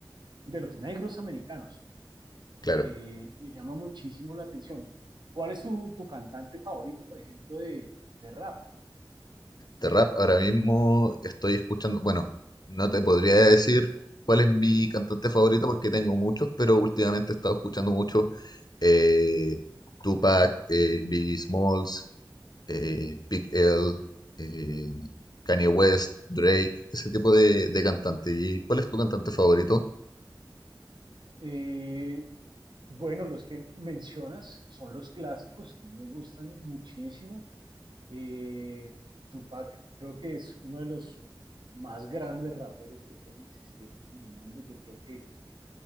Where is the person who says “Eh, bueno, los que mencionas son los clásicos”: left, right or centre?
Right